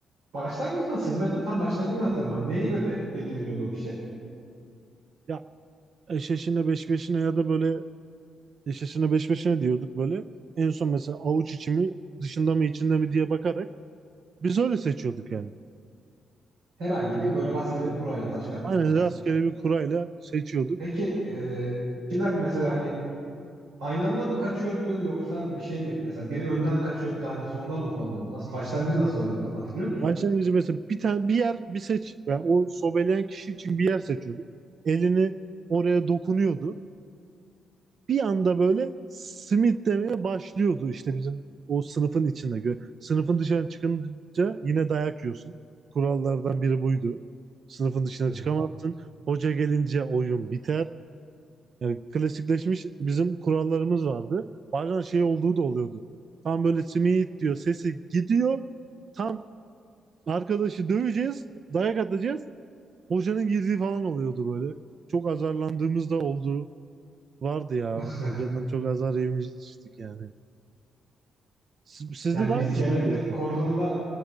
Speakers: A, on the right (about 85°); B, on the right (about 55°).
A: Başlangıç nasılydı? Ben tam başlangıcını hatırlamıyorum. Neye göre belirleniyordu o kişi?
B: Ya eşeşine beş beşine ya da böyle eşeşine beş beşine diyorduk böyle. En son mesela avuç içi mi dışında mı içinde mi diye bakarak biz öyle seçiyorduk yani.
A: Herhangi bir böyle rastgele bir kurayla taş kağıt
B: Aynen
A: makas
B: rastgele
A: gibi.
B: bir kurayla seçiyorduk.
A: Peki e, kişiler mesela hani Aynı anda mı kaçıyordu yoksa bir şey mi? Mesela biri önden kaçıyordu da hani sonradan mı kovalıyordu? Nasıl başlangıcı nasıl oluyordu? Tam hatırlıyor musun?
B: Başlangıcı mesela bir tane bir yer bir seç. Yani o sobeleyen kişi için bir yer seçiyordu. Elini oraya dokunuyordu. Bir anda böyle simit demeye başlıyordu işte bizim o sınıfın içinde. Gö- Sınıfın dışına çıkınca yine dayak yiyorsun. Kurallardan biri buydu. Sınıfın dışına
A: Hı hı.
B: çıkamazsın. Hoca gelince oyun biter. Yani klasikleşmiş bizim kurallarımız vardı. Bazen şey olduğu da oluyordu. Tam böyle simit diyor sesi gidiyor. Tam Arkadaşı döveceğiz, dayak atacağız. Hocanın girdiği falan oluyordu böyle. Çok azarlandığımız da oldu. Vardı ya.
A: <laughs>
B: Hocadan çok azar yemiştik yani. Siz, sizde
A: Yani
B: de aynı
A: biz genellikle
B: şekilde.
A: koridorda